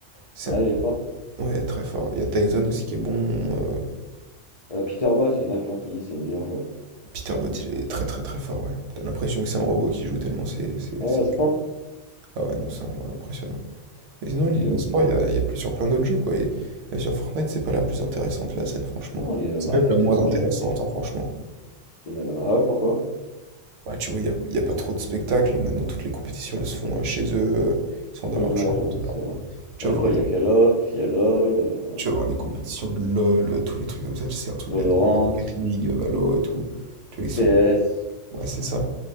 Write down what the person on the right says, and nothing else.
C'est
un...
Ouais, très fort. Il y a Tyson aussi qui est bon. euh,
Peter Bott, il est très très très fort, ouais. T'as l'impression que c'est un robot qui joue tellement c'est... c'est-
c'est-
Ah ouais, non, c'est un- ouais, impressionnant. Et
sinon, l'e-sport,
il y a, il y a plus sur plein d'autres jeux, quoi. Et, et sur Fortnite, c'est pas la plus intéressante, la scène, franchement.
C'est
même
la
moins intéressante,
hein, franchement.
Bah, tu vois, il y a, il y a pas trop de spectacles. Maintenant, toutes les compétitions, elles se font euh, chez eux. euh, ils sont dans
leur
chambre.
voilà.
Tu
vas
voir
des,
tu
vas
voir les compétitions
de LoL, euh, tous les trucs comme ça. C'est un truc
de dingue. Rocket League, euh, Valo et tout. Tu vois,
ils sont... Ouais, c'est ça.